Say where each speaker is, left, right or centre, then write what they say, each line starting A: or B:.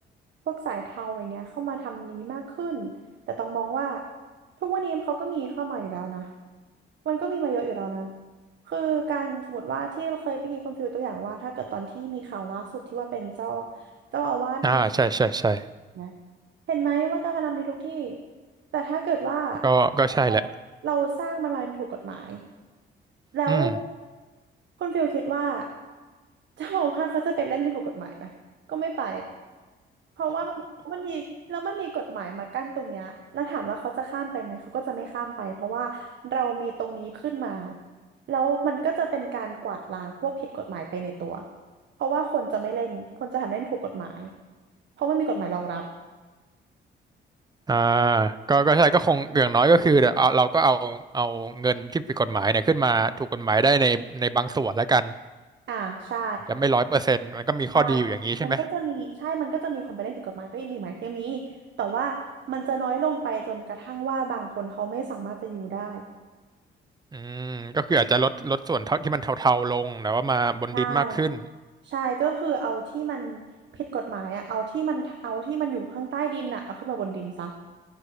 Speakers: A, on the right; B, on the right.
A: พวกสายเทาอย่างเงี้ยเข้ามาทำนี้มากขึ้นแต่ต้องมองว่าทุกวันนี้เขาก็มีเข้ามาอยู่แล้วนะมันก็มีมาเยอะอยู่แล้วนะ คือการสมมติว่าที่เราเคยไปกีดคุณฟิลตัวอย่างว่าถ้าเกิดตอนที่มีข่าวล่าสุดที่ว่าเป็นเจ้าเจ้าอาวาสน
B: อ่าใช่ใช่ใช่
A: ำนะเห็นไหมว่าการพนันมีทุกที่แต่ถ้าเกิดว่า
B: ก็ก็ใช่แหละ
A: เราเราสร้างมันมาเป็นถูกกฎหมาย แล้ว
B: อืม
A: คุณฟิลคิดว่าเจ้าอาวาสเขาจะไปเล่นในถูกกฎหมายไหมก็ไม่ไปเพราะว่ามันมันมีแล้วมันมีกฎหมายมากั้นตรงเนี้ยแล้วถามว่าเขาจะข้ามไปไหมเขาก็จะไม่ข้ามไปเพราะว่าเรามีตรงนี้ขึ้นมาแล้วมันก็จะเป็นการกวาดล้างพวกผิดกฎหมายไปในตัวเพราะว่าคนจะไม่เล่นคนจะทำเล่นถูกกฎหมายเพราะมันมีกฎหมายรองรับ
B: อ่าก็ก็ใช่ก็คงอย่างน้อยก็คือเดี๋ยวเอาเราก็เอาเอาเงินที่ผิดกฎหมายเนี่ยขึ้นมาถูกกฎหมายได้ในในบางส่วนแล้วกัน
A: อ่าใช่
B: จะไม่ร้อยเปอร์เซ็นต์มันก็มีข้อดีอยู่อย่างนี้ใช่ไหม
A: ใช่มันก็จะมีใช่มันก็จะมีคนไปเล่นผิดกฎหมายก็ยังมีไหมยังมีแต่ว่ามันจะน้อยลงไปจนกระทั่งว่าบางคนเขาไม่สามารถจะอยู่ได้
B: อืมก็คืออาจจะลดลดส่วนเท่าที่มันเทาๆลงแต่ว่ามาบนดินมากขึ้น
A: ใช่ใช่ก็คือเอาที่มันผิดกฎหมายอะเอาที่มันเอาที่มันอยู่ข้างใต้ดินอะเอาขึ้นมาบนดินซะ